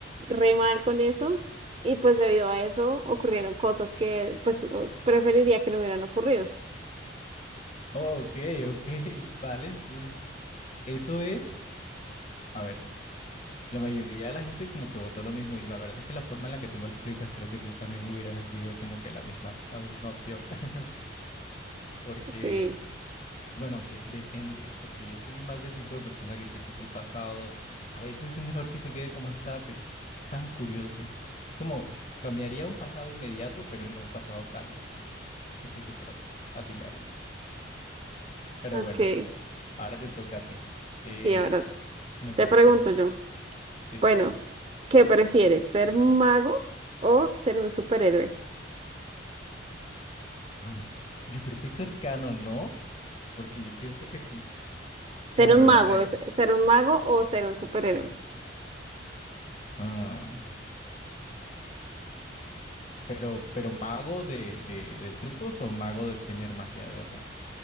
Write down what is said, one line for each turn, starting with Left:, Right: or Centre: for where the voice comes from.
Right: re mal con eso y pues debido a eso ocurrieron cosas que pues preferiría que no hubieran ocurrido.
Left: ok, ok, <laughs> vale, entonces eso es, a ver, la mayoría de la gente como que votó lo mismo y la verdad es que la forma en la que tú me lo explicas creo que yo también hubiera decidido como que la misma, la misma opción, <laughs> porque,
Right: Sí,
Left: bueno, aunque depende, porque yo soy más de tipo de persona que piensa que el pasado a veces es mejor que se quede como está, pero es tan curioso, como cambiaría un pasado inmediato, pero no un pasado tan lejano, eso es de pronto, así lo haría, pero
Right: ok,
Left: bueno, ahora te toca a ti. ¿Qué,
Right: sí, ahora
Left: Me
Right: te
Left: preguntas
Right: pregunto
Left: a mí.
Right: yo.
Left: Sí,
Right: Bueno,
Left: sí, sí.
Right: ¿qué prefieres? ¿Ser mago o ser un superhéroe?
Left: Bueno, yo creo que es cercano, ¿no? Porque yo pienso que sí.
Right: Ser
Left: Bueno,
Right: un
Left: pero,
Right: mago,
Left: eh,
Right: es- ser un mago o ser un superhéroe.
Left: ah, pero, pero mago de, de, de trucos o mago de tener magia de verdad.